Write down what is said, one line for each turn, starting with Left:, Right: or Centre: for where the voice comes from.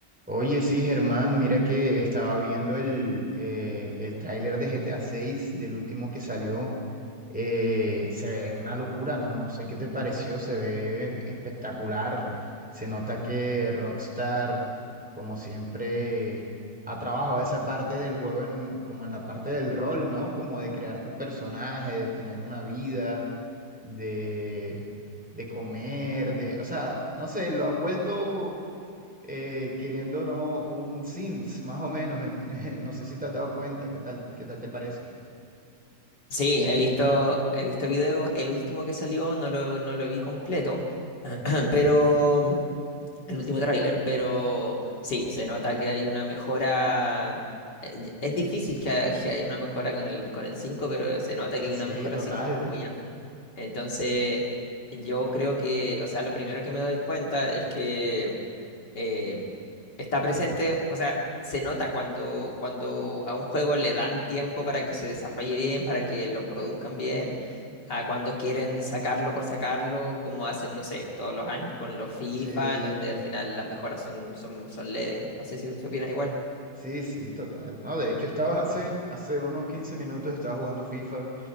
Centre: Oye, sí, Germán, mira que estaba viendo el, eh, el tráiler de GTA 6 del último que salió. Eh, se ve una locura, ¿no? No sé qué te pareció, se ve espectacular. Se nota que Rockstar, como siempre, ha trabajado esa parte del juego en, como en la parte del rol, ¿no? Como de crear tu personaje, de tener una vida, de, de comer, de, o sea, no sé, lo han vuelto eh, queriendo o no un Sims, más o menos. en- <laughs> no sé si te has dado cuenta, ¿qué tal, qué tal te parece?
Left: Sí, he visto, he visto videos. El último que salió no lo, no lo vi completo, <clears throat>
Centre: Ujú.
Left: pero el último tráiler, pero sí, se nota que hay una mejora. eh, y- Es difícil que, ha- <laughs> que haya una mejora con el, con el 5, pero se nota
Centre: Eh,
Left: que hay
Centre: Sí,
Left: una mejora
Centre: total.
Left: así como muy
Centre: <laughs>
Left: amplia. Entonces, yo creo que, o sea, lo primero que me doy cuenta es que eh, está presente, o sea, se nota cuando, cuando a un juego le dan tiempo para que se desarrolle bien, para que lo produzcan bien, a cuando quieren sacarlo por sacarlo, como hacen, no sé, todos los años con los FIFA,
Centre: Sí,
Left: en donde al final las mejoras son, son, son leves. No sé si, si opinas igual.
Centre: sí, sí, total. No, de hecho, estaba hace, hace unos 15 minutos, estaba jugando FIFA